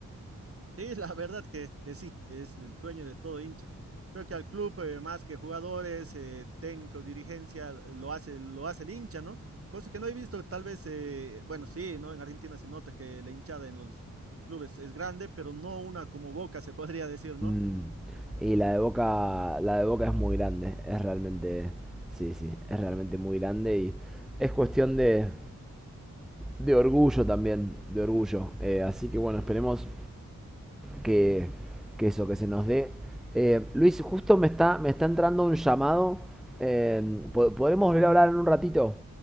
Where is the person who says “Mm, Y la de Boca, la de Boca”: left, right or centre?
Centre